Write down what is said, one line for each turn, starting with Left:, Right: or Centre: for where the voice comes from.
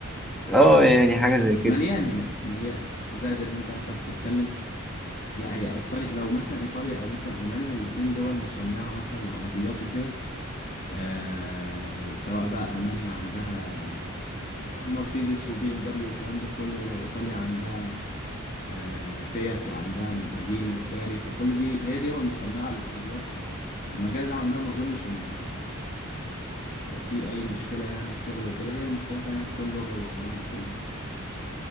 Centre: اه يعني حاجة زي كده
Left: مليان هناك مليان زائد ان انت مثلا بتتكلم لا هي اسبانيا لو مثلا ايطاليا او مثلا المانيا الاتنين دول مصنعه مثلا لعربيات وكده آه سواء بقى المانيا عندها مرسيدس وبي ام دبليو والكلام ده كله لو ايطاليا عندها آه فيات وعندها لامبرجيني وفراري فكل دي هي دول مصنعه للعربيات فالمجال ده عندها ما اظنش ان في اي مشكله يعني في شغل وكده هي المشكله فعلا هتكون لغه والكلام ده كله يعني.